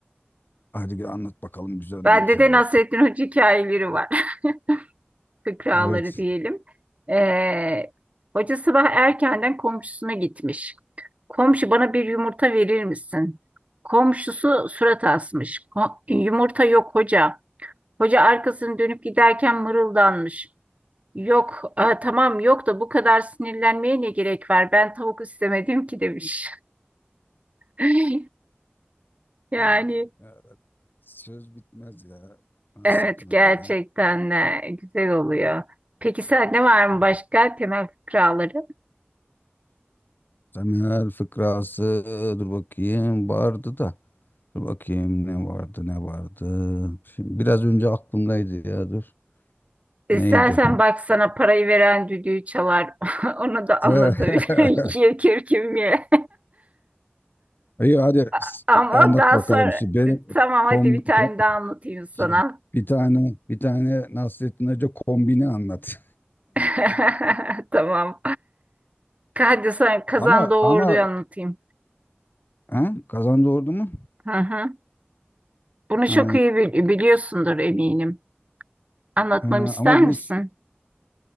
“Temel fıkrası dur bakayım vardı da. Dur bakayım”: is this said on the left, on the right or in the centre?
Left